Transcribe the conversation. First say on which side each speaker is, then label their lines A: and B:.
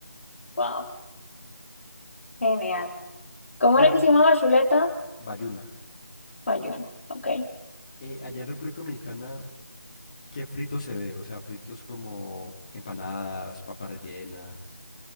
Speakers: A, on the left; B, on the left.
A: Wow, genial. ¿Cómo
B: Pura
A: era que se llamaba chuleta?
B: bayuna.
A: Bayuna. Ok.
B: Eh, allá en República Dominicana, ¿qué frito se ve? O sea, fritos como empanadas, papa rellena.